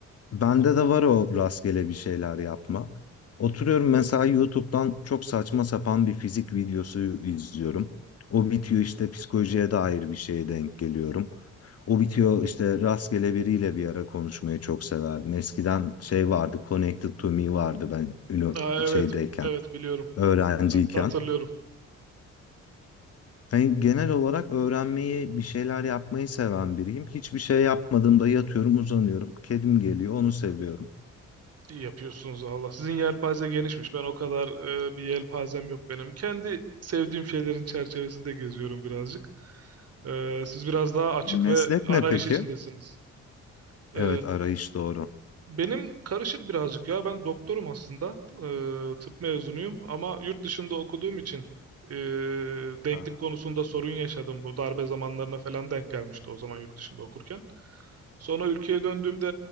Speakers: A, on the left (about 55°); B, on the right (about 55°).
A: bende de var o rastgele bir şeyler yapma. Oturuyorum mesela YouTube'dan çok saçma sapan bir fizik videosu izliyorum. O bitiyor işte psikolojiye dair bir şeye denk geliyorum. O bitiyor işte rastgele biriyle bir ara konuşmayı çok severdim. Eskiden şey vardı Connected to Me vardı ben ünü-
B: Ha, evet,
A: şeydeyken,
B: evet biliyorum.
A: öğrenciyken.
B: Hatta hatırlıyorum.
A: Hani genel olarak öğrenmeyi, bir şeyler yapmayı seven biriyim. Hiçbir şey yapmadığımda yatıyorum, uzanıyorum. Kedim geliyor, onu seviyorum.
B: İyi yapıyorsunuz Allah. Sizin yelpaze genişmiş. Ben o kadar e, bir yelpazem yok benim. Kendi sevdiğim şeylerin çerçevesinde geziyorum birazcık. E, siz biraz daha açık
A: Meslek
B: ve arayış
A: ne peki?
B: içindesiniz.
A: Evet
B: E,
A: arayış doğru.
B: benim karışık birazcık ya. Ben doktorum aslında. Ee, tıp mezunuyum ama yurt dışında okuduğum için ee, denklik
A: Ha,
B: konusunda sorun yaşadım. Bu darbe zamanlarına falan denk gelmişti o zaman yurt dışında okurken. Sonra ülkeye döndüğümde